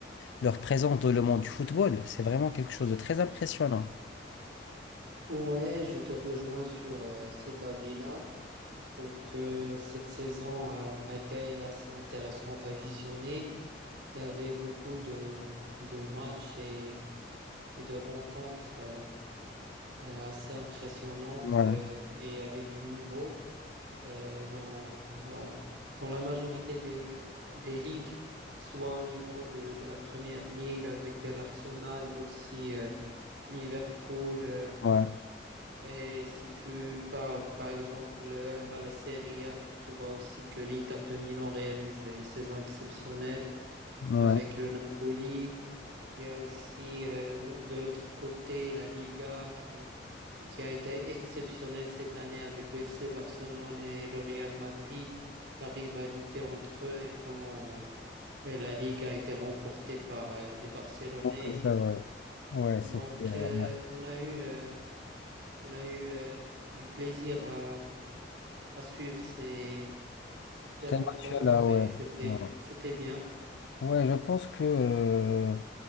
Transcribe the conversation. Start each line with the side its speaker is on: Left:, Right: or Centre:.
Left: leur présence dans le monde du football, c'est vraiment quelque chose de très impressionnant.
Right: Ouais, je te rejoins sur euh, cet avis-là. Je trouve que cette saison euh, a été assez intéressante à visionner. Il y avait beaucoup de, de matchs et, et de rencontres euh, euh, assez impressionnantes
Left: Ouais,
Right: euh, et il y avait du niveau euh, dans, dans, dans la majorité des, des ligues, soit au niveau de, de la première ligue avec euh, l'Arsenal et aussi euh, Liverpool. euh,
Left: ouais,
Right: Et si tu pars, par exemple, euh, à la Serie A, tu trouveras aussi que l'Inter de Milan réalise une saison exceptionnelle
Left: ouais,
Right: avec le Napoli. Il y a aussi, euh, de l'autre côté, la Liga qui, qui a été exceptionnelle cette année avec le FC Barcelone et le Real Madrid. La rivalité entre eux et comment, euh, et la Liga a été remportée par, euh, les Barcelonais.
Left: donc, c'est vrai. Ouais, c'était
Right: Donc,
Left: euh,
Right: euh,
Left: ouais.
Right: on a eu, euh, on a eu, euh, du plaisir à à suivre ces, ces
Left: C'était
Right: rencontres
Left: un match là, ouais.
Right: et c'était,
Left: Ouais,
Right: c'était bien.
Left: Ouais, je pense que, euh,